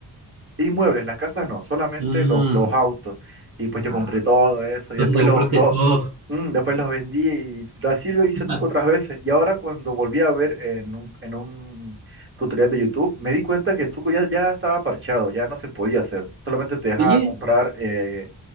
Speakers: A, on the right; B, on the right.
A: inmuebles, las casas no, solamente
B: Ah,
A: los, los autos. Y pues yo
B: ah,
A: compré todo eso
B: entonces
A: y después
B: te compraste
A: lo, lo,
B: todo.
A: mm, después los vendí y lo- así lo hice
B: <laughs>
A: el truco otras veces. Y ahora cuando volví a ver en un, en un tutorial de YouTube, me di cuenta que el truco ya, ya estaba parchado, ya no se podía hacer. Solamente te dejaba
B: Oye,
A: comprar eh,